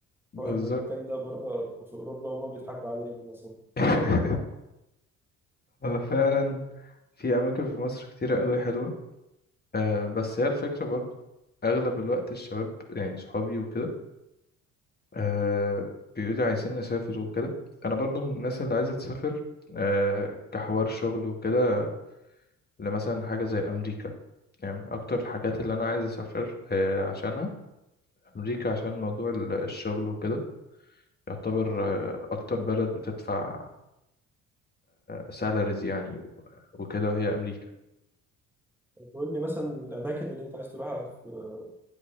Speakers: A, on the left; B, in the centre.
A: بالظبط
B: ولا المكان ده بره في اوروبا وهم بيضحكوا علينا مثلا
A: <laughs> هو فعلا في أماكن في مصر كتيرة أوي حلوة أه بس هي الفكرة برضو أغلب الوقت الشباب يعني صحابي وكده أه بيقولوا عايزين نسافر وكده أنا برضو من الناس اللي عايزة تسافر أه كحوار شغل وكده لمثلا حاجة زي أمريكا يعني من أكتر الحاجات اللي أنا عايز أسافر أه عشانها أمريكا عشان موضوع ال- الشغل وكده يعتبر آه، أكتر بلد بتدفع سالاريز يعني و- وكده هي امريكا
B: تقول لي مثلا الاماكن اللي انت عايز تروحها في